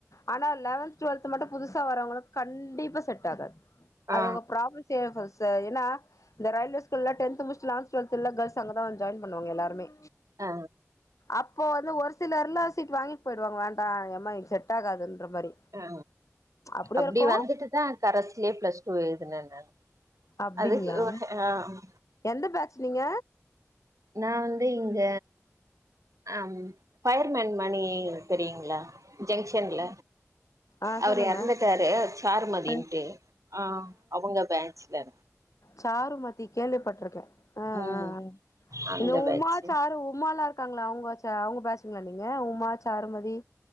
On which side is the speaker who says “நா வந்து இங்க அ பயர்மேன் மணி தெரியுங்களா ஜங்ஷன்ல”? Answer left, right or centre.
Right